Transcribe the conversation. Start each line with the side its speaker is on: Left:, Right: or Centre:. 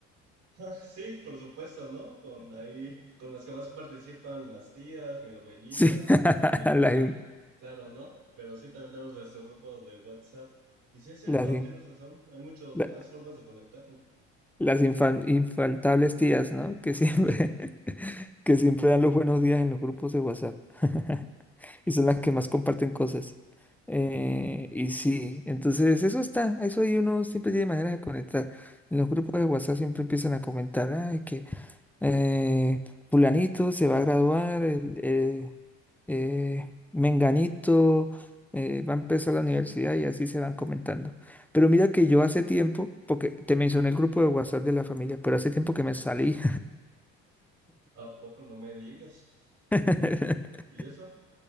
Right: Ah, Sí, por supuesto, ¿no? Con ahí, con las que más participan las tías, mi abuelita,
Centre: Sí, <laughs>
Right: mi mamá,
Centre: la,
Right: claro, ¿no? Pero sí, también tenemos nuestro grupo de WhatsApp. Y sí es cierto,
Centre: Las, in-
Right: tienes razón, hay muchas
Centre: la-
Right: más formas de conectarnos.
Centre: las infal- infaltables tías, ¿no? Que siempre, <laughs> que siempre dan los buenos días en los grupos de WhatsApp. <laughs> Y son las que más comparten cosas. Eh, y sí, entonces eso está, eso ahí uno siempre tiene maneras de conectar. En los grupos de WhatsApp siempre empiezan a comentar, ay, que, eh, fulanito se va a graduar, el, eh, eh, menganito eh, va a empezar la universidad y así se van comentando. Pero mira que yo hace tiempo, porque te mencioné el grupo de WhatsApp de la familia, pero hace tiempo que me salí.
Right: ¿A poco no me digas?
Centre: <laughs>
Right: ¿Y eso?